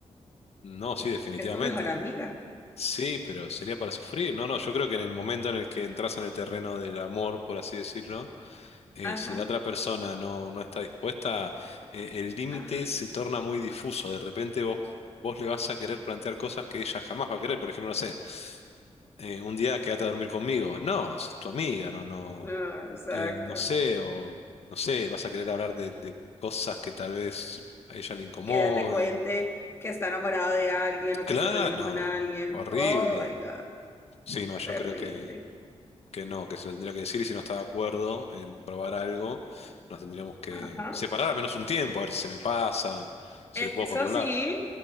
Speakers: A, on the left; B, on the left.
A: No, sí, definitivamente.
B: es tu mejor amiga.
A: Sí, pero sería para sufrir. No, no, yo creo que en el momento en el que entras en el terreno del amor, por así decirlo, eh,
B: Ajá,
A: si la otra persona no, no está dispuesta, eh, el límite
B: ajá.
A: se torna muy difuso. De repente vos, vos le vas a querer plantear cosas que ella jamás va a querer. Por ejemplo, no sé, eh, un día quédate a dormir conmigo. No, es tu amiga, no, no,
B: No, exacto.
A: eh, no sé, o no sé, vas a querer hablar de, de cosas que tal vez a ella le incomoden.
B: Que ella te cuente que está enamorado de alguien o
A: Claro,
B: que está saliendo
A: no,
B: con alguien.
A: horrible.
B: Oh my God,
A: Sí, no, yo
B: terrible.
A: creo que que no, que se lo tendría que decir y si no está de acuerdo en probar algo, nos tendríamos que
B: Ajá.
A: separar al menos un tiempo, a ver si se me pasa, si
B: Eso
A: lo puedo controlar.
B: sí,